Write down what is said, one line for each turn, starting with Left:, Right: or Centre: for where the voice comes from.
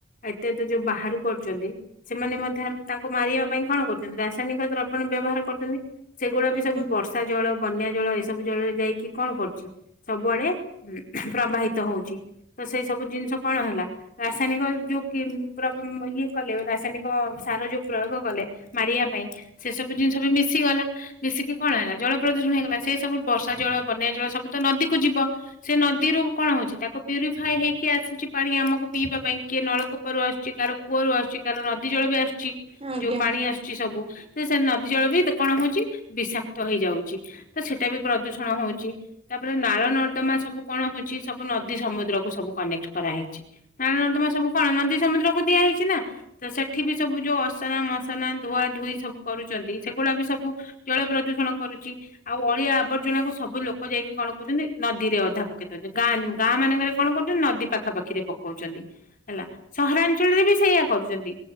Left: ଇତ୍ୟାଦି ଯୋଉ ବାହାରୁ କରୁଛନ୍ତି। ସେମାନେ ମଧ୍ୟ ତାଙ୍କୁ ମାରିବା ପାଇଁ କଣ କରୁଛନ୍ତି ରାସାୟନିକ ଦ୍ରବଣ ବ୍ୟବହାର କରୁଛନ୍ତି। ସେଗୁଡା ବି
Right: ଆଜ୍ଞା
Left: ସବୁ ବର୍ଷା ଜଳ, ବନ୍ୟା ଜଳ ଏ ସବୁ ଜଳରେ ଯାଇକି କଣ କରୁଚି। ସବୁଆଡେ ଉଁ ପ୍ରବାହିତ ହଉଛି। ତ ସେଇ ସବୁ ଜିନିଷ କଣ ହେଲା? ରାସାୟନିକ ଯୋଉ କିମ୍ ପ୍ର ବ ମ ଇଏ କଲେ ରାସାୟନିକ ସାର ଯୋଉ ପ୍ରୟୋଗ କଲେ। ମାରିବା ପାଇଁ ସେ ସବୁ ଜିନିଷ ବି ମିଶି ଗଲା। ମିଶିକି
Right: ଆଜ୍ଞା
Left: କଣ ହେଲା ଜଳ ପ୍ରଦୂଷଣ ହେଇଗଲା ସେଇ ସବୁ ବର୍ଷା ଜଳ, ବନ୍ୟା ଜଳ ସବୁ ତ ନଦୀକୁ ଯିବ। ସେ ନଦୀରୁ କଣ ହଉଛି ତାକୁ ପ୍ୟୁରିଫାଏ ହେଇକି ଆସୁଛି ପାଣି ଆମକୁ ପିଇବା ପାଇଁ କିଏ ନଳକୁ କୂପରୁ ଆସୁଛି କାହାର କୂଅରୁ ଆସୁଛି କାହାର ନଦୀ ଜଳ ବି ଆସୁଛି
Right: ଆଜ୍ଞା।
Left: ଯୋଉ ପାଣି ଆସୁ ଚି ସବୁ ତ ସେ ନଦୀ ଜଳ ବି ତ କଣ ହଉଛି ବିଷାକ୍ତ ହେଇଯାଉଛି। ତ ସେଟା ବି ପ୍ରଦୂଷଣ ହଉ ଚି ତାପରେ ନାଳ ନର୍ଦ୍ଦମା ସବୁ କଣ ହଉଛି ସବୁ ନଦୀ, ସମୁଦ୍ର କୁ ସବୁ କନେକ୍ଟ କରାହେଇଛି। ନାଳ ନର୍ଦ୍ଦମା ସବୁ କଣ ନଦୀ, ସମୁଦ୍ରକୁ ଦିଆ ହେଇଛି ନା ତ ସେ ଠି ବି ସବୁ ଯୋଉ ଅସନା ମସନା ଧୁଆ ଧୁଇ ସବୁ କରୁଛନ୍ତି ସେଗୁଡା ବି ସବୁ। ଜଳ ପ୍ରଦୂଷଣ କରୁଛି ଆଉ ଅଳିଆ ଆବର୍ଜନା କୁ ସବୁ ଲୋ ଲୋକ ଯାଇକି କଣ କରୁଛନ୍ତି ନଦୀରେ ଅଧା ପକେଇ ଦଉଛନ୍ତି। ଗାଁ ନିମ୍ ଗାଁ ମାନେଙ୍କେରେ କଣ କରୁଛନ୍ତି, ନଦୀ ପାଖା ପାଖିରେ ପକଉଛନ୍ତି। ହେଲା ସହରାଞ୍ଚଳରେ ବି ସେଇଆ କରୁଛନ୍ତି